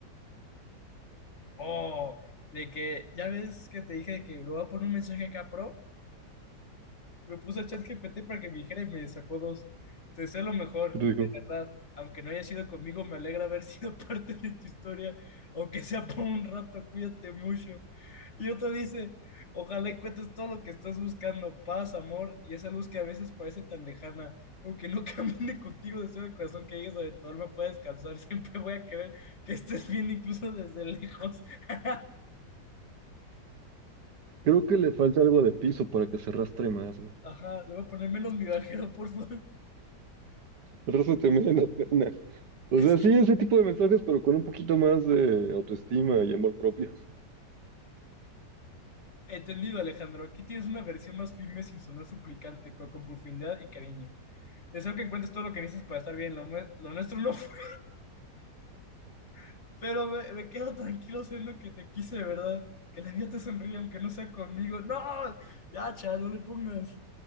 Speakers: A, on the left; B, on the right.
A: Oh, de que, ya ves que te dije de que, bro, voy a poner un mensaje acá, pro. Lo puse a ChatGPT para que me dijera y me sacó dos. Te deseo lo mejor,
B: Pero digo,
A: de verdad. Aunque no haya sido conmigo, me alegra haber <laughs> sido parte de tu historia, aunque sea por un rato, cuídate mucho. Y otro dice, ojalá encuentres todo lo que estás buscando, paz, amor y esa luz que a veces parece tan lejana. Aunque no <laughs> camine contigo, deseo de corazón que llegues a donde tu alma pueda descansar. <laughs> Siempre voy a querer que estés bien, incluso desde lejos. <laughs>
B: creo que le falta algo de piso para que se arrastre más, güey.
A: Ajá, le voy a poner menos migajero, por favor.
B: Arrástrate menos, <laughs> carnal. O
A: <laughs>
B: sea, sí, ese tipo de mensajes, pero con un poquito más de autoestima y amor propio.
A: Entendido, Alejandro. Aquí tienes una versión más firme sin sonar suplicante, pero con profundidad y cariño. Deseo que encuentres todo lo que necesitas para estar bien. Lo, mue- lo nuestro no fue. <laughs> Pero me, me quedo tranquilo siendo que te quise de verdad. Que la vida te sonríe aunque no sea conmigo. ¡No! Ya, Chad, no le pongas.